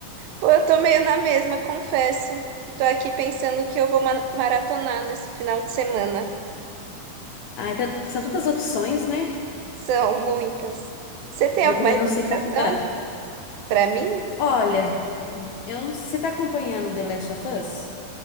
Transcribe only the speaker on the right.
Pô, eu tô meio na mesma, confesso. Tô aqui pensando que eu vou ma- maratonar nesse final de semana.
São muitas. Você tem
alguma
recomendação
pra mim?